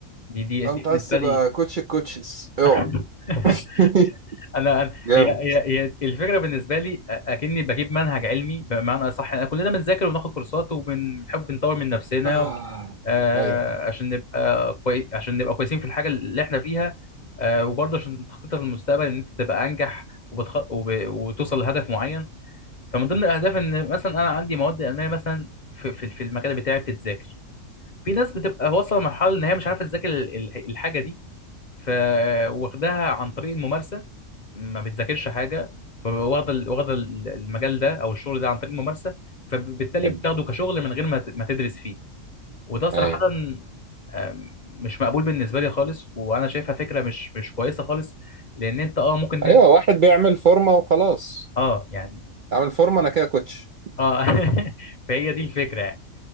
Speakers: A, on the left; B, on the right.
A: دي دي
B: انت
A: دي بالنسبه
B: عايز تبقى
A: لي
B: كوتش الكوتشز اوعى
A: <laughs>
B: <laughs>
A: انا أنا-
B: جامد
A: هي هي هي الفكره بالنسبه لي أ- اكني بجيب منهج علمي بمعنى اصح أنا كلنا بنذاكر وبناخد كورسات وبنحب نطور من نفسنا
B: آه.
A: آه،
B: ايوه
A: عشان نبقى كوي... عشان نبقى كويسين في الحاجه اللي احنا فيها آه، وبرضه عشان تخطيطها للمستقبل ان انت تبقى انجح وبتخ... وب... وتوصل لهدف معين فمن ضمن الاهداف ان مثلا انا عندي مواد المانيه مثلا في في في المجال بتاعي بتتذاكر في ناس بتبقى واصله لمرحله ان هي مش عارفه تذاكر ال- ال- الحاجه دي فواخداها عن طريق الممارسه ما بتذاكرش حاجه فواخده ال- واخده ال- المجال ده او الشغل ده عن طريق الممارسه فبالتالي
B: حبي
A: بتاخده كشغل من غير ما ت- ما تدرس فيه وده صراحه
B: ايوه
A: آم، مش مقبول بالنسبه لي خالص وانا شايفها فكره مش مش كويسه خالص لان انت اه ممكن تنج...
B: ايوه واحد بيعمل فورمه وخلاص
A: اه يعني
B: اعمل فورمه انا كده كوتش
A: اه <laughs> فهي دي الفكره يعني.